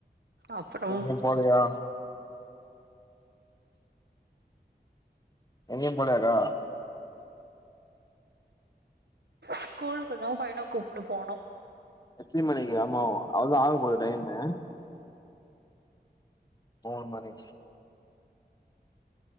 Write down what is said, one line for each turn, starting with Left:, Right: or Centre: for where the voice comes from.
Right: அப்புறம்
Left: எங்யு போலயா எங்யு போலயாகா
Right: ஸ்கூலுக்கு தா பையன கூப்புட போணு
Left: எத்தி மணிக்கு ஆமா அவுள்தா ஆக போது டைம்மு மூணு மணி